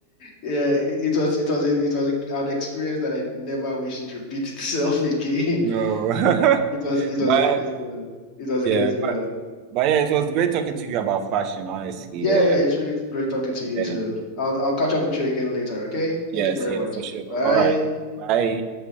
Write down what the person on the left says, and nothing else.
Yeah, it, it was it was a it was a, an experience that I never wish it repeat itself <laughs> again.
It was it
was a crazy one. It was
a crazy one.
Yeah,
yeah, it's really great talking to you
too. I'll I'll catch up with you again later, okay?
Thank you very
much.
Bye.